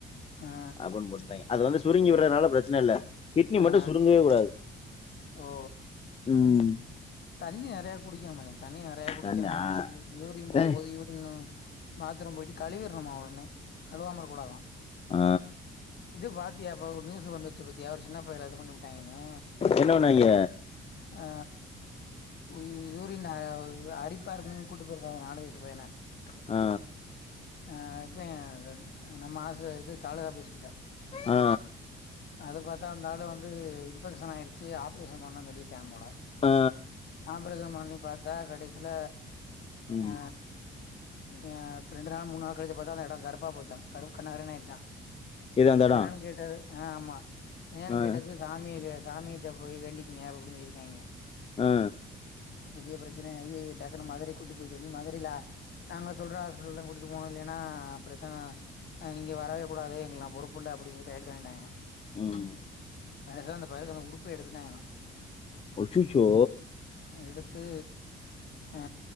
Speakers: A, on the left (about 60°); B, on the left (about 30°).
A: ஆ
B: அப்புன்னு போட்ருந்தாங்க அது வந்து சுருங்கி வறதுனால பிரச்சன இல்ல கிட்னி
A: ஆ
B: மட்டு சுருங்கவே கூடாது
A: ஓ
B: ம்
A: தண்ணி நெறைய குடிக்கனோ மதன் தண்ணி நெறைய குடிக்கனோ
B: தண்ணா
A: யூரின் போம்போது
B: ஏய்,
A: யூரின்னோ பாத்ரூம் போயிட்டு கழுவிருண்ணோமா உடனே கழுவாம இருக்கூடாதா
B: அ
A: இது பாத்தியா இப்ப ஒரு நியூஸ் வந்துச்சு பாத்தியா ஒரு சின்ன பயல இது பண்ணிவுட்டாங்கன்னு
B: என்ன பண்ணாங்க
A: அ யூ யூரின் அரிப்பா இருக்குன்னு கூட்டு போயிருக்காங்க நாலு வயசு பையன
B: அ
A: அ இப்ப ஏ நம்ம ஆச இது தாலுகாஆப்பிஸ் கிட்ட
B: ஆ
A: அது பாத்தா அந்தாலு வந்து இன்பெக்ஷன் ஆயிரிச்சி ஆப்ரேஷன் பண்ணனுன் சொல்லிடாங்க போல
B: ஆ
A: ஆஃப்ரேசன் பண்ணி பாத்தா கடைசில
B: ம்
A: அ ஏ ரெண்டு நாள் மூணு நாள் கழிச்சி பாத்தா அந்த எடோ கருப்பா போச்சா கருப் கண்டங்கரேனு ஆயிடுச்சா
B: இது அந்த இடம்
A: எதுனாலனு கேட்டாரு ஆ ஆமா எதனாலனு
B: ஆ
A: கேட்டதுக்கு சாமிட சாமிட்ட போய் வேண்டிக்கிங்க அப்டின்னு சொல்லியிருக்காங்க
B: ஆ
A: பெரிய பிரச்சனயா ஆகி டக்குன்னு மதுரைக்கு கூட்டி போய் சொல்லி மதுரைல நாங்க சொல்ற ஹாஸ்பிட்டல் தா கூட்டிட்டு போனு இல்லன்னா பிரச்சன அ இங்க வரவே கூடாது இங்கல்லா பொறுப்பில்ல அப்டின்னு சொல்லி கையெழுத்து வாங்கிட்டாங்களா
B: ம்
A: கடைசில அந்த பயலுக்கு அந்த உறுப்பே எடுத்துட்டாங்களா
B: அச்சச்சோ
A: எடுத்து ஆ